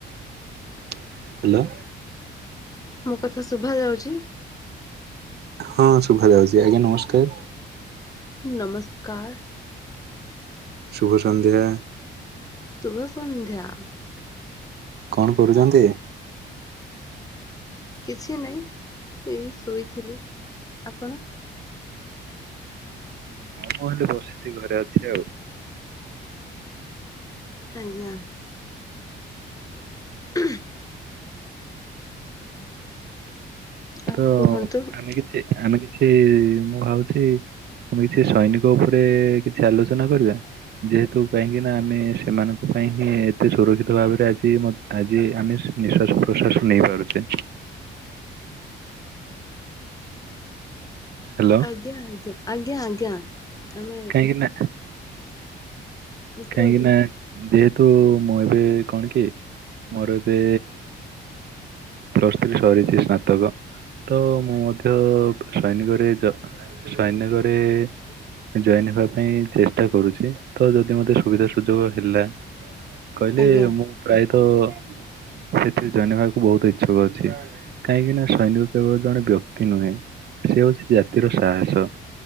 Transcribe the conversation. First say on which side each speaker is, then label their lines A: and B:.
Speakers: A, on the right; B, on the left.
A: Hello.
B: ମୋ କଥା ଶୁଭା ଯାଉଛି।
A: ହଁ ଶୁଭାଯାଉଛି ଆଜ୍ଞା ନମସ୍କାର।
B: ନମସ୍କାର।
A: ଶୁଭ ସନ୍ଧ୍ୟା।
B: ଶୁଭସନ୍ଧ୍ୟା।
A: କଣ କରୁଛନ୍ତି।
B: କିଛି ନାହିଁ ଏ ଶୋଇଥିଲି ଆପଣ?
A: ମୁଁ ବସିଛି ଘରେ ଅଛି ଆଉ।
B: ଆଜ୍ଞା। <inaudible> ଆଉ
A: ତ
B: କୁହନ୍ତୁ।
A: ଆମେ କିଛି ଆମେ କିଛି ମୁଁ ଭାବୁଛି। ଆମେ କିଛି ସୈନିକ ଉପରେ କିଛି ଆଲୋଚନା କରିବା। ଯେହେତୁ କାହିଁକି ନା ଆମେ ସେମାନଙ୍କ ପାଇଁ ହିଁ ଏତେ ସୁରକ୍ଷିତ ଭାବରେ ଆଜି ଆଜି ଆମେ ନିଶ୍ୱାସ ପ୍ରଶ୍ୱାସ ନେଇପାରୁଛେ। ହ୍ୟାଲୋ
B: ଆଜ୍ଞା ଆଜ୍ଞା ଆଜ୍ଞା ଆଜ୍ଞା ଆମେ
A: କାହିଁକି ନା କାହିଁକି
B: କୁହନ୍ତୁ
A: ନା ଯେହେତୁ ମୁଁ ଏବେ କଣ କି ମୋର ଏବେ ପ୍ଲଶ ଥ୍ରୀ ସରିଛି ସ୍ନାତକ ତ ମୁଁ ମଧ୍ୟ ସୈନିକରେ ସୈନିକରେ ଜଏନ ହେବା ପାଇଁ ଚେଷ୍ଟା କରୁଛି ତ ଯଦି ମତେ ସୁବିଧା ସୁଯୋଗ ହେଲା। କହିଲେ
B: ଆଜ୍ଞା
A: ମୁଁ ପ୍ରାୟତ ସେଥିରେ ଜଏନ ହେବାକୁ ବହୁତ ଛକ ଅଛି କାହିଁକି ନା ସୈନିକ କେବଳ ଜଣେ ବ୍ୟକ୍ତି ନୁହେଁ। ସେ ହୋଉଚି ଜାତିର ସାହସ,